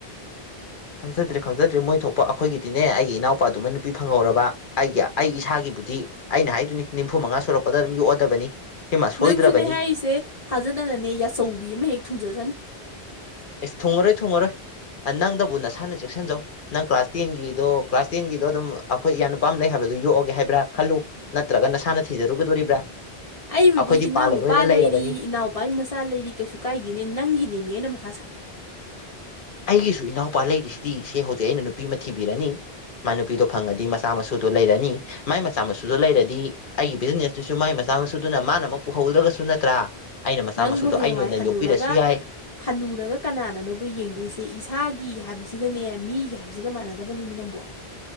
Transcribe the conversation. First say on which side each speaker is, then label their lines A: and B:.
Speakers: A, on the left; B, on the left.
A: ꯈꯪꯖꯗ꯭ꯔꯦ ꯈꯪꯖꯗ꯭ꯔꯦ ꯃꯣꯏ ꯊꯣꯛꯄ ꯑꯩꯈꯣꯏꯒꯤꯗꯤꯅꯦ ꯑꯩꯒꯤ ꯏꯅꯥꯎꯄꯥꯗꯨꯃ ꯅꯨꯄꯤ ꯐꯪꯍꯧꯔꯕ ꯑꯩꯒꯤ ꯑꯩ ꯏꯁꯥꯒꯤ ꯕꯨꯗꯤ ꯑꯩꯅ ꯍꯥꯏꯗꯨꯏꯅꯤ ꯅꯤꯝꯐꯨ ꯃꯉꯥ ꯁꯨꯔꯛꯄꯗ ꯑꯗꯨꯝ ꯌꯣꯛꯑꯗꯕꯅꯤ ꯁꯤꯃ ꯁꯣꯏꯗ꯭ꯔꯕꯅꯤ
B: ꯅꯪꯁꯨꯅꯦ ꯍꯥꯏꯌꯤꯁꯦ ꯊꯥꯖꯗꯅꯅꯦ ꯌꯥꯆꯧꯕꯤ ꯑꯃ ꯍꯦꯛ ꯊꯨꯡꯖꯖꯅꯤ
A: ꯏꯁ ꯊꯨꯡꯉꯔꯣꯏ ꯊꯨꯡꯉꯔꯣꯏ ꯅꯪꯗꯕꯨ ꯅꯁꯥꯅ ꯆꯦꯛꯁꯟꯖꯧ ꯅꯪ ꯀ꯭ꯂꯥꯁ ꯇꯦꯟꯒꯤꯗꯣ ꯀ꯭ꯂꯥꯁ ꯇꯦꯟꯒꯤꯗꯣ ꯑꯗꯨꯝ ꯑꯩꯈꯣꯏ ꯏꯌꯥ ꯅꯨꯄꯥ ꯑꯃ ꯂꯩ ꯍꯥꯏꯕ ꯌꯣꯛꯑꯒꯦ ꯍꯥꯏꯕ꯭ꯔꯥ ꯈꯜꯂꯨ ꯅꯠꯇ꯭ꯔꯒ ꯅꯁꯥꯅ ꯊꯤꯖꯔꯨꯒꯗꯣꯔꯤꯕ꯭ꯔꯥ
B: <inaudible> ꯑꯩꯕꯨꯗꯤ
A: ꯑꯩꯈꯣꯏꯗꯤ
B: ꯏꯅꯥꯎꯅꯨꯄꯥ
A: ꯄꯥꯜꯂꯔꯣꯏꯅ
B: ꯂꯩꯔꯤ
A: ꯂꯩꯔꯕꯅꯤ
B: ꯏꯅꯥꯎꯄꯥꯒꯤ ꯃꯆꯥ ꯂꯩꯔꯤ ꯀꯩꯁꯨ ꯀꯥꯏꯗꯦꯅꯦ ꯅꯪꯒꯤꯅꯤꯃꯤ ꯑꯩꯅ ꯃꯁ
A: ꯃꯥ ꯑꯩꯒꯤꯁꯨ ꯏꯅꯥꯎꯄꯥ ꯂꯩꯔꯤꯁꯤꯗꯤ ꯁꯦ ꯍꯧꯖꯤꯛ ꯑꯩꯅ ꯅꯨꯄꯤ ꯑꯃ ꯊꯤꯕꯤꯔꯅꯤ ꯃꯥ ꯅꯨꯄꯤꯗꯣ ꯐꯪꯉꯗꯤ ꯃꯆꯥ ꯃꯁꯨꯗꯣ ꯂꯩꯔꯅꯤ ꯃꯥꯏ ꯃꯆꯥ ꯃꯁꯨꯗꯣ ꯂꯩꯔꯗꯤ ꯑꯩꯒꯤ ꯕꯤꯖꯤꯅꯦꯁꯇꯨꯁꯨ ꯃꯥꯏ ꯃꯆ ꯃꯆꯥꯃꯁꯨꯗꯨꯅ ꯃꯥꯅ ꯑꯃꯨꯛ ꯄꯨꯍꯧꯗ꯭ꯔꯒꯁꯨ ꯅꯠꯇ꯭ꯔꯥ ꯑꯩꯅ ꯃꯆꯥ
B: ꯅꯪꯕꯨ
A: ꯃꯁꯨꯗꯣ
B: ꯍꯌꯦꯡꯋꯥꯏ
A: ꯑꯩꯅ ꯑꯣꯏꯅ
B: ꯍꯟꯅꯨꯔꯒ
A: ꯌꯣꯛꯄꯤꯔꯁꯨ ꯌꯥꯏ
B: ꯍꯟꯅꯨꯔꯒ ꯀꯅꯥꯟ ꯅꯅꯣꯕ ꯌꯦꯡꯗꯣꯏꯁꯦ ꯏꯁꯥꯒꯤ ꯍꯥꯏꯕꯁꯤꯒꯅꯦ ꯃꯤꯒꯤ ꯍꯥꯏꯕꯁꯤꯒ ꯃꯥꯟꯅꯗꯕꯅꯤꯃꯤ ꯅꯪꯕꯣ